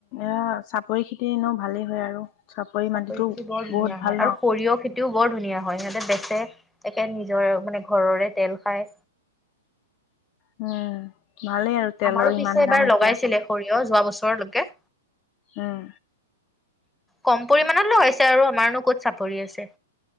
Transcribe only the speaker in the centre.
চাপৰি
খেতি বৰ ধুনীয়া
হয়,
আৰু সৰিয়হ খেতিও বৰ ধুনীয়া হয়, ইহঁতে বেচে একে নিজৰ মানে ঘৰৰে তেল খায়।
আমাৰো পিছে
এবাৰ
লগাইছিলে সৰিয়হ যোৱা বছৰ ওচৰলৈকে
কম পৰিমাণত লগাই আৰু আমাৰনো ক'ত চাপৰি আছে।